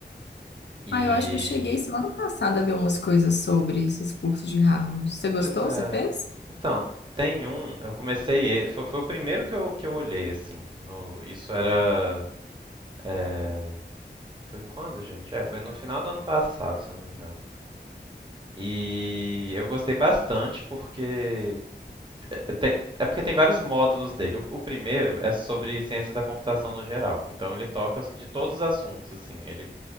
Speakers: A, on the right; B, on the left.
A: E
B: Ah, eu acho que eu cheguei semana passada a ver umas coisas sobre esses cursos de Harvard. Você gostou?
A: Pois é.
B: Você fez?
A: Então, tem um, eu comecei, ele- foi, foi o primeiro que eu, que eu olhei assim, no, isso era, é, foi quando, gente? É, foi no final do ano passado, se eu não me engano. E eu gostei bastante porque é, é, tem- é porque tem vários módulos dele. O, o primeiro é sobre ciência da computação no geral. Então ele toca de todos os assuntos, assim. Ele